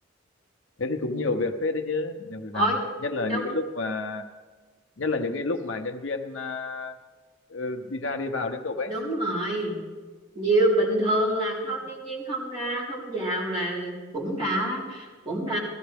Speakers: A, on the left; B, on the right.
A: thế thì cũng nhiều việc phết đấy chứ nhiều việc
B: ôi
A: làm nhất là
B: đúng
A: những cái lúc mà nhất là những cái lúc mà nhân viên à, ờ, ừ, đi ra đi vào liên tục ấy
B: đúng rồi nhiều bình thường là không nhân viên không ra không vào là cũng đã cũng đã